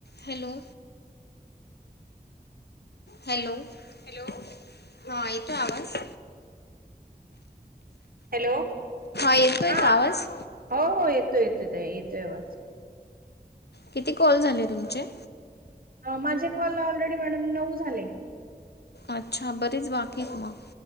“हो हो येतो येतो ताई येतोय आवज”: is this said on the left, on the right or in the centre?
Right